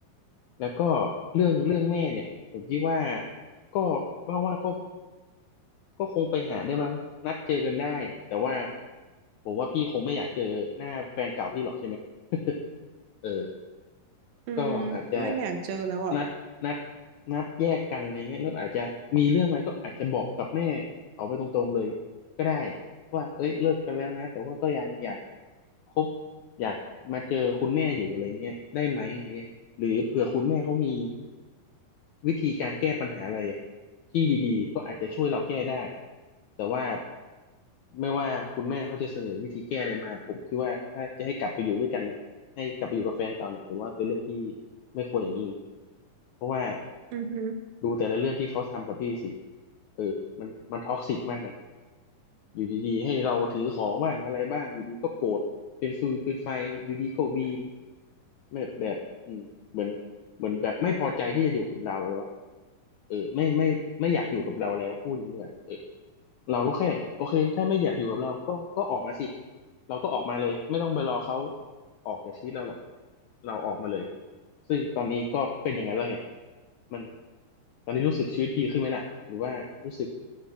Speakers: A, on the left (about 75°); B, on the right (about 75°).
A: แล้วก็เรื่องเรื่องแม่เนี่ย ผมคิดว่าก็ว่าว่าก็ก็คงไปหาได้บ้างนัดเจอกันได้ แต่ว่าผมว่าพี่คงไม่อยากเจอหน้าแฟนเก่าพี่หรอกใช่ไหม <laughs> เออ
B: อืม
A: ก็อาจจะ
B: ไม่อยากเจอแล้วอ่ะ
A: นัดนัดนัดแยกกันอะไรเงี้ยแล้วอาจจะมีเรื่องอะไรก็อาจจะบอกกับแม่เขาไปตรงๆเลยก็ได้ว่าเอ้ยเลิกกันแล้วนะแต่ว่าก็ยังอยากคบอยากมาเจอคุณแม่อยู่อะไรเงี้ยได้ไหมอะไรเงี้ยหรือเผื่อคุณแม่เขามีวิธีการแก้ปัญหาอะไรที่ดีๆก็อาจจะช่วยเราแก้ได้แต่ว่าไม่ว่าคุณแม่เขาจะเสนอวิธีแก้อะไรมาผมคิดว่าถ้าจะให้กลับไปอยู่ด้วยกันเนี่ย ให้กลับไปอยู่กับแฟนเก่าเนี่ยผมว่าเป็นเรื่องที่ไม่ควรอย่างยิ่งเพราะว่า
B: อือฮึ
A: ดูแต่ละเรื่องที่เขาทำกับพี่สิเออ มันมันท็อกซิกมากนะ อยู่ดีๆให้เราถือของบ้างอะไรบ้างอยู่ดีก็โกรธเป็นฟืนเป็นไฟอยู่ดีก็วีนแบบแบบอืมเหมือนเหมือนแบบไม่พอใจที่จะอยู่กับเราแล้วอะเออไม่ไม่ไม่อยากอยู่กับเราแล้วพูดอย่างนี้ด้วยเออเราก็แค่โอเคถ้าไม่อยากอยู่กับเราก็ก็ออกมาสิเราก็ออกมาเลยไม่ต้องไปรอเขาออกจากชีวิตเราหรอกเราออกมาเลยซึ่งตอนนี้ก็เป็นอย่างนั้นแล้วไงมันตอนนี้รู้สึกชีวิตดีขึ้นไหมล่ะหรือว่ารู้สึก